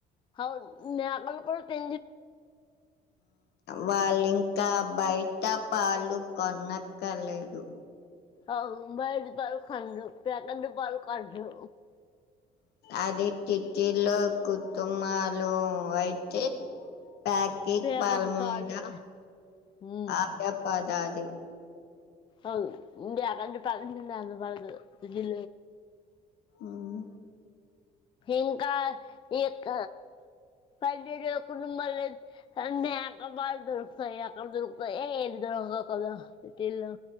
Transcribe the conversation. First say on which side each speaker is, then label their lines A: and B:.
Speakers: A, on the left (about 30°); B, on the left (about 75°).
A: అ నక్కలు కూడా తీ
B: వాళ్ళం ఇంకా బయట పాలు కొనక్కలేదు
A: ఆవు బయి ద బాల కాదు ప్యాకడి బాల కదుో
B: అది టిటీలో కుటుంబలు అయితే పాకెట్
A: ప్యాకెట్
B: పల్మేడ
A: పాలే. హ్మ్.
B: ఆడ పదదిి
A: అవు ఇ అకంట ప అ పదు జ
B: ఉమ్,
A: ఇంకా ఇ ప ఒ కొ మళ్ళ అ నక బాగా దరుతయాక్క దరుత ఏ ఏ ఇద్దరంగా కద పెటీల్లో